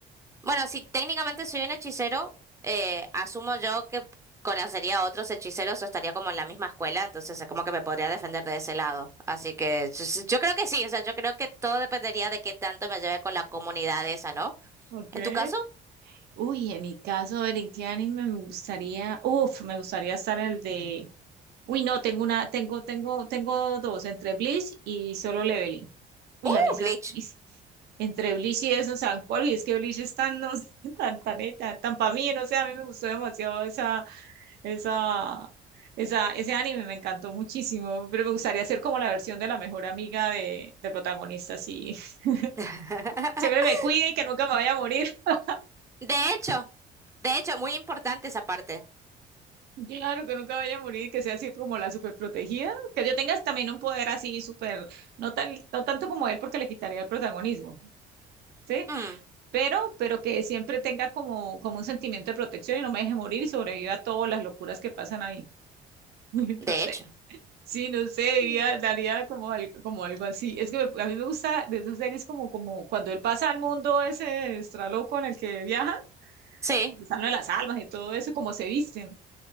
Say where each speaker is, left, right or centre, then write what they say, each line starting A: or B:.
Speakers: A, on the right; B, on the right.
A: bueno, si técnicamente soy un hechicero, eh, asumo yo que conocería a otros hechiceros o estaría como en la misma escuela, entonces es como que me podría defender de ese lado. Así que yo, yo creo que sí, o sea, yo creo que todo dependería de qué tanto me lleve con la comunidad esa, ¿no?
B: Okay.
A: En tu caso,
B: Uy, en mi caso, a ver, ¿en qué anime me gustaría? Uf, me gustaría estar en el de... Uy, no, tengo una, tengo, tengo, tengo dos, entre Bleach y Solo Leveling. Uy,
A: ¡uh,
B: a mí esa-
A: Bleach!
B: es- entre Bleach y eso, o sea, cuál, y es que Bleach es tan, no sé, <laughs> tan, tan, tan, tan para mí, no sé, a mí me gustó demasiado esa Esa, esa, ese anime me encantó muchísimo, pero me gustaría ser como la versión de la mejor amiga de, del protagonista, sí. <laughs>
A: <laughs>
B: Siempre me cuide y que nunca me vaya a morir. <laughs>
A: De hecho, de hecho, muy importante esa parte.
B: Claro, que nunca vaya a morir y que sea así como la super protegida. Que yo tenga también un poder así súper, no tan, no tanto como él porque le quitaría el protagonismo, ¿sí?
A: Mm,
B: Pero, pero que siempre tenga como, como un sentimiento de protección y no me deje morir y sobreviva a todas las locuras que pasan ahí. <laughs> Entonces,
A: de hecho.
B: Sí, no sé, diría,
A: Mm.
B: daría como algo, como algo así. Es que a mí me gusta de esas series como, como cuando él pasa al mundo ese extraloco en el que viaja,
A: Sí.
B: están de las almas y todo eso, como se visten,